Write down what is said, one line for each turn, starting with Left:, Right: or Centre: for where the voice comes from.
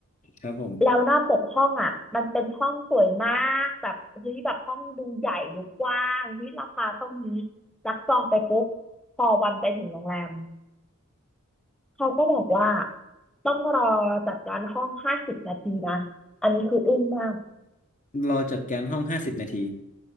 Left: ครับผม
Centre: แล้วหน้าปกห้องอ่ะมันเป็นห้องสวยมากแบบเฮ้ยแบบห้องดูใหญ่ดูกว้างเฮ้ยราคาเท่านี้รักจองไปปุ๊บพอวันไปถึงโรงแรมเขาก็บอกว่าต้องรอจัดการห้องห้าสิบนาทีนะอันนี้คืออึ้งมาก
Left: รอจัดการห้องห้าสิบนาที